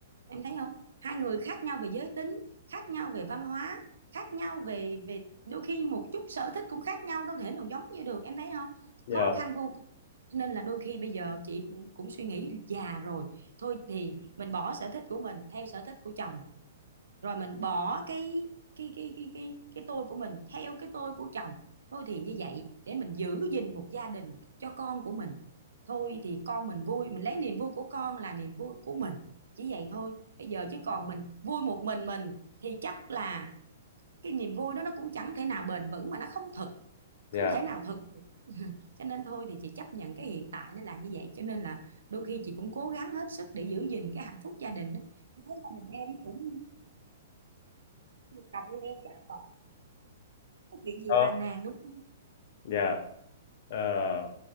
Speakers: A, on the right; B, on the left.
A: em thấy không hai người khác nhau về giới tính khác nhau về văn hóa khác nhau về về đôi khi một chút sở thích cũng khác nhau đâu thể nào giống như được em thấy không
B: dạ
A: khó khăn vô cùng Cho nên là đôi khi bây giờ chị cũng, cũng suy nghĩ già rồi thôi thì mình bỏ sở thích của mình theo sở thích của chồng rồi mình bỏ cái cái cái cái cái cái tôi của mình theo cái tôi của chồng thôi thì như vậy để mình giữ gìn một gia đình cho con của mình thôi thì con mình vui mình lấy niềm vui của con là niềm vui của mình chỉ vậy thôi bây giờ chứ còn mình vui một mình mình thì chắc là cái niềm vui đó nó cũng chẳng thể nào bền vững mà nó không thực
B: dạ
A: không thể nào thực được. <laughs> cho nên thôi thì chị chấp nhận cái hiện tại nó là như vậy cho nên là đôi khi chị cũng cố gắng hết sức để giữ gìn cái hạnh phúc gia đình đó. gia đình em cũng cầm như em chắc có chuyện gì
B: đó
A: phàn nàn đúng không
B: dạ Ờ,